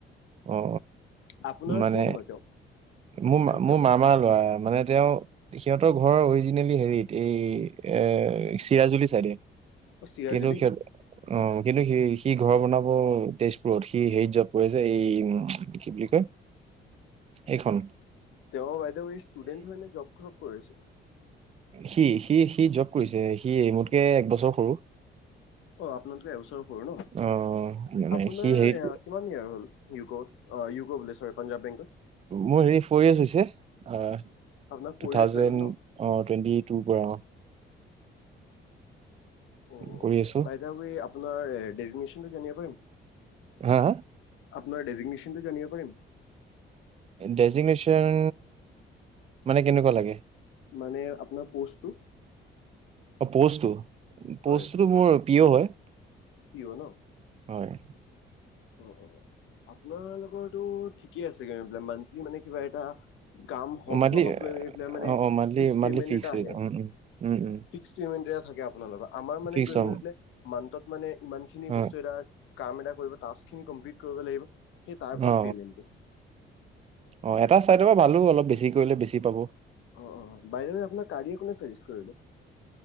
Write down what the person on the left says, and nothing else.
আপোনাৰ
কোন হয় তেওঁ?
তেওঁ
চিৰাজুলি
তেও বাই দা ৱে এই ষ্টুডেণ্ট হয় নে জব সব কৰে?
অ আপোনাতকে এবছৰ সৰু ন।
আপোনাৰ
কিমান ইয়ৰ হ'ল? ইউক'ত অ ইউকো বুলে চৰি পাঞ্জাৱ বেংকত।
আপোনাৰ ফ'ৰ
ইয়াৰ্চ
হৈ গ'ল ন
অ
বাই দা ৱে আপোনাৰ দেজিগ্নেচনটো জানিব পাৰিম?
আপোনাৰ ডেজিগ্নেচনটো জানিব পাৰিম?
মানে আপোনাৰ প'ষ্টটো?
হয়
পি অ' নহ।
অ অ আপোনালোকৰটো ঠিকে আছে মন্থলী মানে কিবা এটা কাম হওক
নহওক গৈ এই মানে
fix
payment
এটা আহে।
ফিক্স পেমেন্ট থাকে আপোনালোকৰ আমাৰ মানে
গৈগৈ
মানে মন্থত মানে ইমান খিনি
বস্তু এটাৰ কাম এটা কৰিব তাস্ক খিনি কম্প্লিত কৰিব লাগিব। এই তাৰ পিছত
পেমেন্তটো।
অ অ বাই দা ৱে আপোনাৰ গাড়ী কোনে চাজেষ্ট কৰিলে।